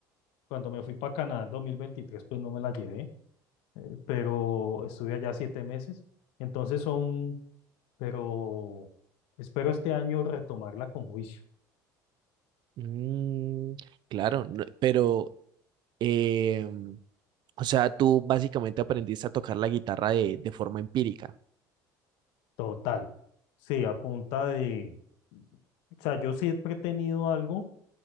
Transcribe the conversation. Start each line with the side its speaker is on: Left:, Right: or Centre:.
Left: Cuando me fui para Canadá en 2023 pues no me la llevé, eh, pero estuve allá siete meses. Entonces son, pero espero este año retomarla con juicio.
Right: mm, claro, no- pero, em, o sea, tú básicamente aprendiste a tocar la guitarra de, de forma empírica,
Left: Total. Sí, a punta de... O sea, yo siempre he tenido algo.